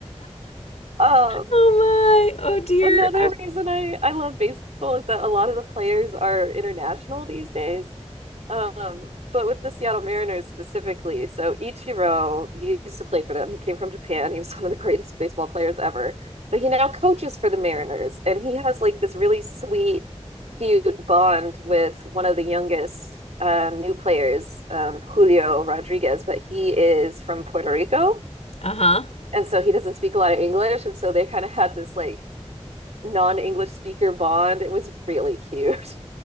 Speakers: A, on the right; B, on the left.
A: um
B: Oh my, oh dear.
A: another reason I I love baseball is that a lot of the players are international these days. Um, but with the Seattle Mariners specifically, so Ichiro used to play for them. He came from Japan. He was <laughs> one of the greatest baseball players ever. But he now coaches for the Mariners, and he has like this really sweet, cute bond with one of the youngest uh, new players, um, Julio Rodriguez. But he is from Puerto Rico,
B: Uh huh.
A: and so he doesn't speak a lot of English, and so they kind of had this like non-English speaker bond. It was really cute.